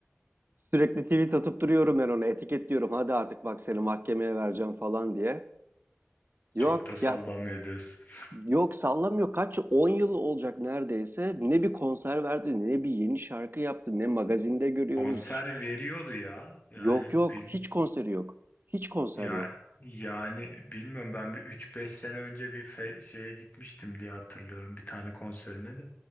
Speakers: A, on the right (about 50°); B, on the left (about 40°).
A: Sürekli tweet atıp duruyorum ben ona, etiketliyorum. Hadi artık bak seni mahkemeye vereceğim falan diye. Yok
B: Çok da sallamıyor
A: ya,
B: diyorsun. <laughs>
A: yok sallamıyor. Kaç yıl? 10 yıl olacak neredeyse. Ne bir konser verdi, ne bir yeni şarkı yaptı, ne magazinde görüyoruz.
B: Konser
A: Hiç
B: veriyordu ya. Yani
A: yok yok,
B: bil,
A: hiç konseri yok. Hiç konser
B: Ya
A: yok.
B: yani bilmiyorum ben bir üç beş sene önce bir fe- şeye gitmiştim diye hatırlıyorum bir tane konserine de.